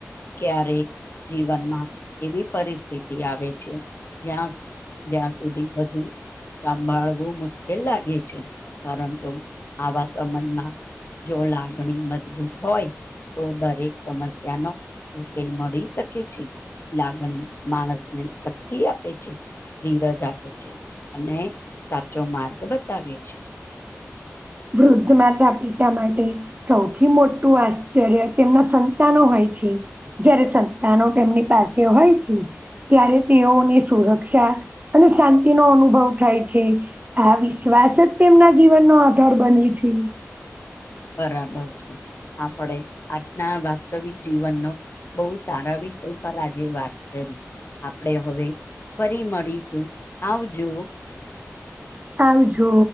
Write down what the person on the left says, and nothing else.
ક્યારેક જીવનમાં એવી પરિસ્થિતિ આવે છે, જ્યાં જ્યાં સુધી બધું સાભળવું મુશ્કેલ લાગે છે, પરંતુ આવા સમયમાં જો, લાગણી મજબૂત હોય તો દરેક સમસ્યા નો ઉકેલ મળી શકે છે, લાગણી માણસને શક્તિ આપે છે. ધીરજ આપે છે અને સાચો માર્ગ બતાવે છે.
બરાબર છે, આપડે આજના વાસ્તવિક જીવનનો બહુ સારા વિષય પર આજે વાત કરી આપણે હવે, ફરી મળીશું આવજો